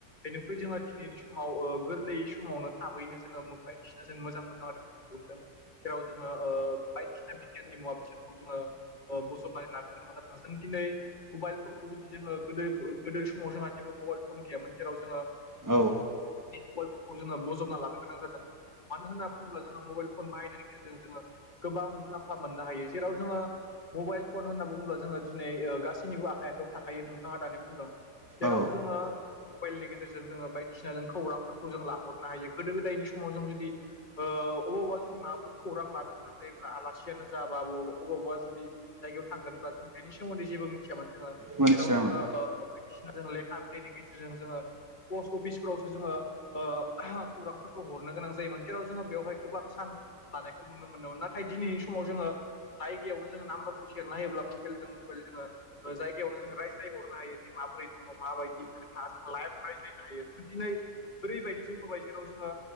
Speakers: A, on the left; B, on the right.
A: बेनिख्रुय जोंहा दिनैनि समाव ओ गो गोरलै समावनो थाबैनो जोङो बायदिसिना जों मोजां मोजां रोखोमखौ हदों जेराव जोङो ओ बायदिसिना बिगियाननि मुवा बेसारखौ जोङो ओ बजबनानै लानो गोनां जों दिनै मबाइलफोरखौ जुदि जोङो गोदो गोदो समाव जोंहा जेबो मबाइल फन गैयामोन जेराव जोङो
B: औ
A: <unintelligible> जोङो बजबना लानो गोनां जादों मानो होनना बुङोब्ला जोङो मबाइल फन बाहायनायनि गेजेरजों जोङो गोबां मुलाम्फा मोननो हायो जेराव जोङो मबाइल फन होनना बुङोब्ला जोङो दिनै गासैनिबो आखाइ आखायाव थाखायो नोंथाङा दानि बुंदों जेराव
B: औ
A: जोङो मबाइलनि गेजेरजों जोङो बायदिसिना जों खौरां फोरखौ जों लाहरनो हायो गोदो गोदायनि समाव जों जुदि ओ अबावबा जुदि माबा खौरां लानो गोनां जायो जेब्ला आलासियानो जा <unintelligible> अबावबा जुदि जायगायाव थांगोनब्ला जों बिनि सोमोन्दैेबो मिथियामोन। जोङो
B: मोनथियामोन
A: जेराव जोङो ओ जों लेखा बिलाइनि गेजेरजों जोङो पस्ट अफिसफोरावसो जोङो ओ <unintelligible> खौरांफोरखौ हरनो गोनां जायोमोन जेराव जोङो बेवहाय गोबां सान लानायखौ नुनो मोनोमोन नाथाय दिनैनि समाव जोङो जायगायावनो जोङो नाम्बारखौ सेरना होयोब्ला मबेल जों मबेल जोङो जायगायावनो जों रायज्लायहरनो हायो जे मा माबरै दङ माबायदि खोथाजों लाइफ रायज्लायनो हायो जों दिनै ओरैबायदि जौगोबाय जेराव जोङो